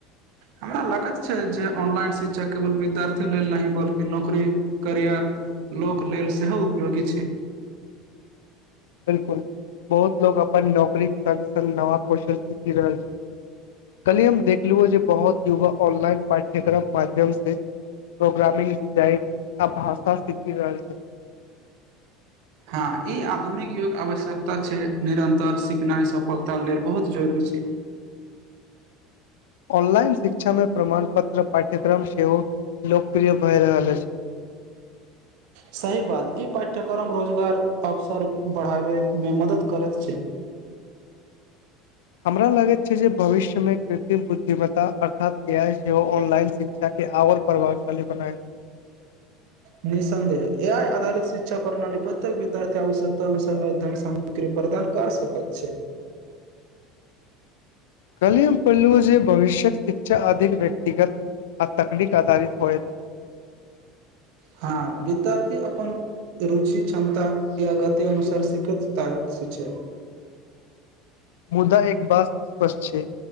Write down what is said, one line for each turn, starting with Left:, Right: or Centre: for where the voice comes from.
Right: हमरा लागत छै जे ऑनलाइन शिक्षा केवल विद्यार्थी लेल नहि बल्कि नौकरी करियर लोक लेल सेहो उपयोगी छै
Left: बिल्कुल बहुत लोग अपन नौकरीक संग संग नवा कौशल सीखि रहल छथि कल्हि हम देखलुं अ जे बहुत युवा ऑनलाइन पाठ्यक्रम माध्यम से प्रोग्रामिंग डिजाइन आ भाषा सीखि रहल छथि
Right: हँ ई आधुनिक युग आवश्यकता छै निरन्तर सिखनाइ सफलता लेल बहुत जरुरी छै
Left: ऑनलाइन शिक्षा मे प्रमाण पत्र पाठ्यक्रम सेहो लोकप्रिय भए रहल अछि
Right: सही बात ई पाठ्यक्रम रोजगार अवसर बढ़ाबैमे मदद करैत छै।
Left: हमरा लागैत छै जे भविष्य मे कृत्रिम बुद्धिमत्ता अर्थात ए आइ सेहो ऑनलाइन शिक्षा शिक्षा के आओर प्रभावशाली बनायब।
Right: निःसन्देह ए आइ आधारित शिक्षा प्रणाली प्रत्येक विद्यार्थी आवश्यकता अनुसार अध्ययन साम ग्री प्रदान कर सकैत छै।
Left: काल्हि हम पहिलु अ जे भविष्यक शिक्षा अधिक व्यक्तिगत आ तकनीक आधारित होयत।
Right: हँ विद्यार्थी अपन रुचि क्षमता या गति अनुसार सिखैत <unintelligible> ता छै
Left: मुदा एक बात स्पष्ट छै